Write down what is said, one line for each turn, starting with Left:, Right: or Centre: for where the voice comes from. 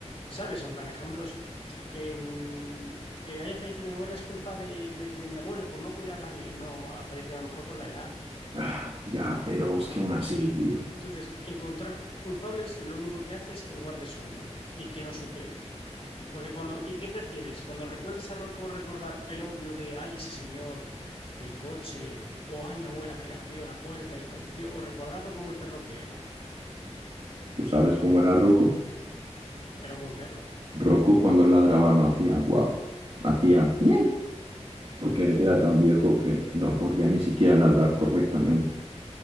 Left: ¿sabes? En plan, ejemplos, que, mm, que haya fallecido mi abuela es culpa de, de de mi abuelo por no cuidarla bien, no, ha fallecido a lo mejor por la edad.
Right: Ah, ya, pero es que aún así, tío.
Left: Entonces, encontrar culpables lo único que hace es que guardes odio y que no superes. Porque cuando, ¿y qué prefieres? Cuando recuerdes a Rocco recordar el odio de, ay, ese señor del coche, o ay, mi abuela que le abrió la puerta y falleció, o recordarlo como el perro que era.
Right: ¿Tú sabes cómo era Rocco?
Left: Era un buen perro.
Right: Rocco cuando ladraba no hacía guau, hacía ñe, porque era tan viejo que no podía ni siquiera ladrar correctamente.